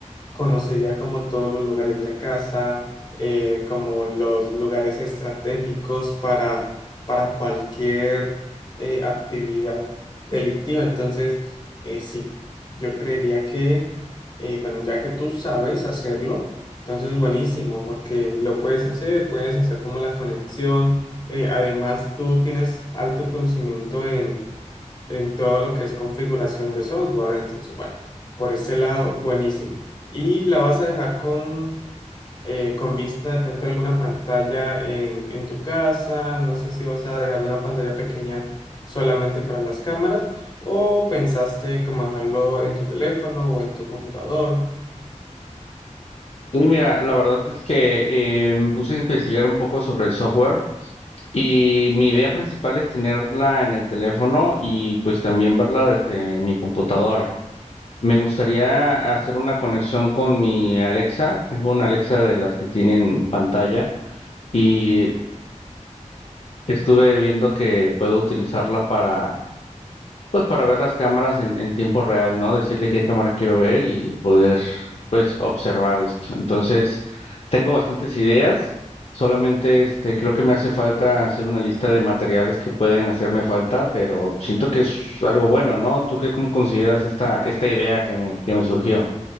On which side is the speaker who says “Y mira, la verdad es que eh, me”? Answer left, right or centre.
Left